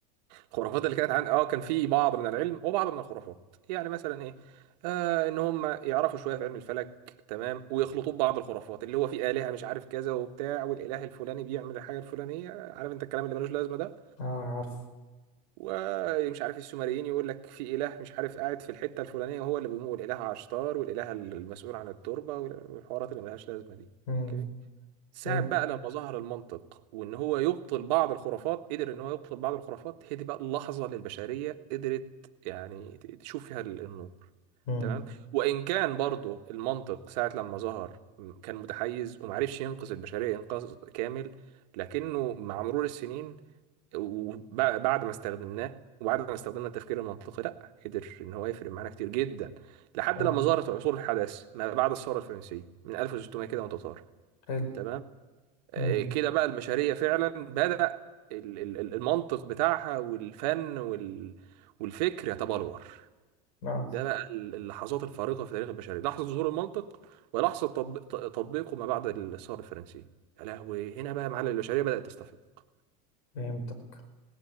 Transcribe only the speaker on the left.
اه عارف
مم.
حلو
مم.
اه
حلو
مم.
اه
فهمتك